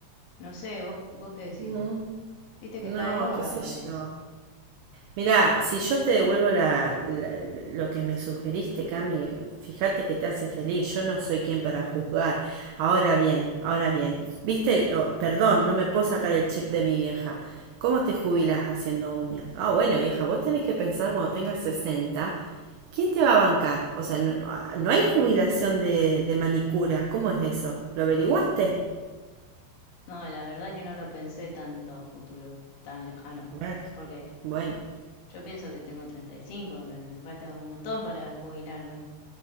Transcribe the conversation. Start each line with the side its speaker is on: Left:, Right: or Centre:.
Left: no sé, vos, vos qué decís.
Right: Ujú.
Left: Viste que
Right: No,
Left: está de moda
Right: qué sé
Left: ahora eso.
Right: yo. Mirá, si yo te devuelvo la, la- la- lo que me sugeriste, Cami, fíjate que te hace feliz. Yo no soy quien para juzgar. Ahora bien, ahora bien. Viste, Oh, perdón, no me puedo sacar el chip de mi vieja. ¿Cómo te jubilas haciendo uñas? Ah, bueno, vieja, vos tenés que pensar cuando tengas 60. ¿quién te va a bancar? O sea, no, no- no hay jubilación de, de manicura. ¿Cómo es eso? ¿Lo averiguaste?
Left: No, la verdad que no lo pensé tanto a futuro, tan lejano,
Right: Bueno,
Left: porque
Right: Bueno.
Left: yo pienso que tengo 35, me, me falta un montón para jubilarme.